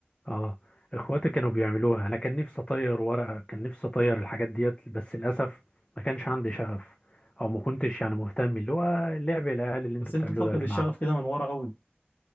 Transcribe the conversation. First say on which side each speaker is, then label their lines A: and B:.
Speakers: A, on the left; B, on the left.
A: آه إخواتي كانوا بيعملوها أنا كان نفسي أطير ورقة كان نفسي أطير الحاجات ديت بس للأسف ما كانش عندي شغف أو ما كنتش يعني مهتم اللي هو لعب العيال اللي أنتوا
B: بس انت
A: بتعملوه
B: فاقد
A: ده يا جماعة
B: الشغف كده من ورا قوي